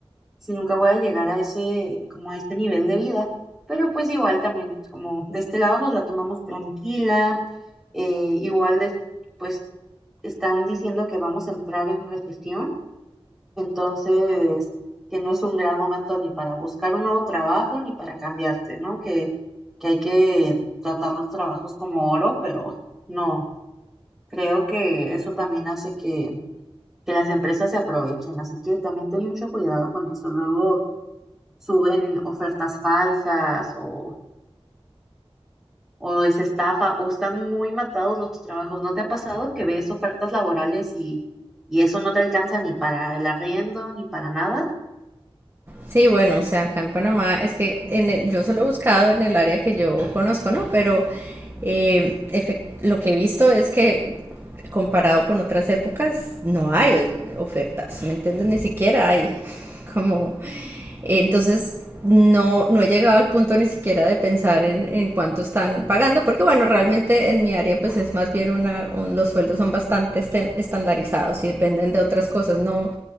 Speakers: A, in the centre; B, on the right (about 25°).
A: si nunca voy a llegar a ese, como a este nivel de vida? Pero pues igual también, como de este lado nos la tomamos tranquila, eh, igual de, pues están diciendo que vamos a entrar en recesión, entonces que no es un gran momento ni para buscar un nuevo trabajo ni para cambiarte, ¿no? Que, que hay que tratar los trabajos como oro, pero no, creo que eso también hace que, que las empresas se aprovechen, así que también ten mucho cuidado con eso. Luego suben ofertas falsas o o es estafa, o están muy matados los trabajos. ¿No te ha pasado que ves ofertas laborales y, y eso no te alcanza ni para el arriendo, ni para nada?
B: Sí, bueno, o sea, acá en Panamá es que en el- yo solo he buscado en el área que yo conozco, ¿no? Pero eh, efec- lo que he visto es que comparado con otras épocas no hay ofertas, ¿me entiendes? Ni siquiera hay <laughs> como entonces, no, no he llegado al punto ni siquiera de pensar en, en cuánto están pagando, porque bueno, realmente en mi área pues es más bien una, un- los sueldos son bastante esten- estandarizados y dependen de otras cosas, no,